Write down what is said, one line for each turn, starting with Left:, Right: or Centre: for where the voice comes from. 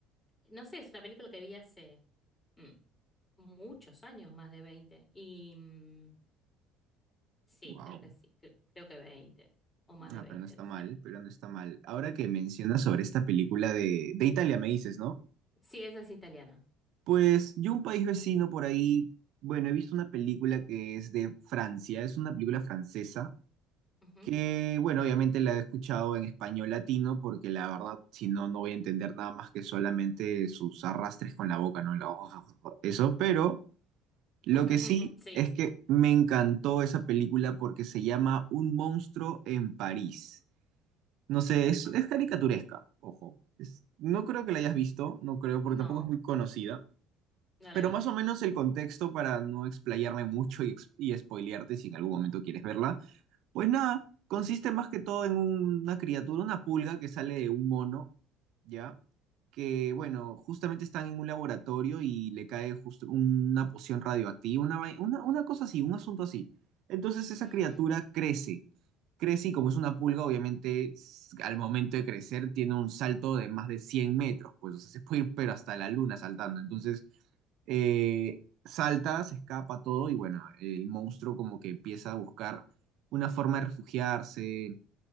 Left: no sé, es una película que vi hace... mm, muchos años, más de veinte Y mm, sí,
Right: wow.
Left: creo que sí, cre- creo que veinte o más de
Right: Ah,
Left: veinte
Right: pero no está
Left: no sé.
Right: mal, pero no está mal. Ahora que mencionas sobre esta película de, de Italia, me dices, ¿no?
Left: Sí, esa es italiana.
Right: Pues yo un país vecino por ahí, bueno, he visto una película que es de Francia, es una película francesa
Left: Ujú.
Right: que bueno, obviamente la he escuchado en español latino porque la verdad, si no, no voy a entender nada más que solamente sus arrastres con la boca, ¿no? La- <laughs> Eso, pero lo
Left: <laughs>
Right: que sí
Left: Sí.
Right: es que me encantó esa película porque se llama Un monstruo en París. No sé, es,
Left: Ah,
Right: es caricaturesca, ojo. Es- no creo que la hayas visto, no creo, porque
Left: no,
Right: tampoco es muy conocida.
Left: no
Right: Pero
Left: la vi.
Right: más o menos el contexto para no explayarme mucho y, ex- y spoilearte si en algún momento quieres verla pues nada, consiste más que todo en un- una criatura, una pulga que sale de un mono ¿ya? Que, bueno, justamente están en un laboratorio y le cae justo una poción radioactiva, una, vai- una, una cosa así, un asunto así. Entonces esa
Left: Mm,
Right: criatura crece, crece y como es una pulga, obviamente s- al momento de crecer tiene un salto de más de 100 metros, pues, o sea, se puede ir pero hasta la luna saltando. Entonces eh, salta, se escapa todo y bueno, el monstruo como que empieza a buscar una forma de refugiarse,